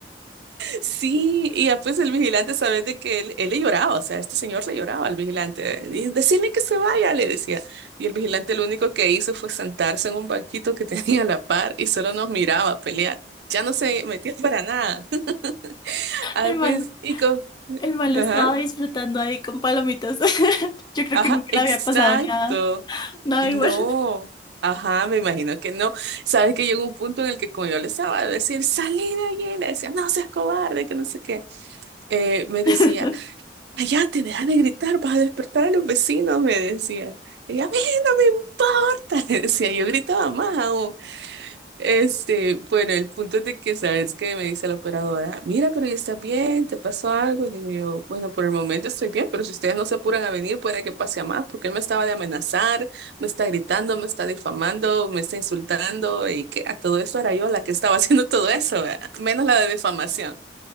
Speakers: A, on the right (about 65°); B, on the left (about 25°).
A: sí. Y ya pues el vigilante, sabes de que él, él le lloraba, o sea, este señor le lloraba al vigilante. y Decirle que se vaya, le decía. Y el vigilante lo único que hizo fue sentarse en un banquito que <laughs> tenía a la par y solo nos miraba pelear. Ya no se metía para nada. <laughs> Ah,
B: El mal,
A: pues, y co-
B: el mal
A: Ajá.
B: lo estaba disfrutando ahí con palomitas. <laughs> Yo creo
A: Ajá,
B: que nunca
A: exacto.
B: le había pasado nada, nada
A: No.
B: igual.
A: Ajá, me imagino que no. Sabes que llegó un punto en el que como yo le estaba a decir, salí de allí, le decía, no seas cobarde, que no sé qué. Eh, me decía,
B: <laughs>
A: allá te deja de gritar, vas a despertar a los vecinos, me decía. Y a mí no me importa, <laughs> le decía, yo gritaba más aún. Este, bueno, el punto es de que sabes que me dice la operadora, mira, pero ya está bien, te pasó algo. Y le digo, bueno, por el momento estoy bien, pero si ustedes no se apuran a venir, puede que pase a más, porque él me estaba de amenazar, me está gritando, me está difamando, me está insultando, y que a todo esto era yo la que estaba <laughs> haciendo todo eso, ¿verdad? Menos la de difamación.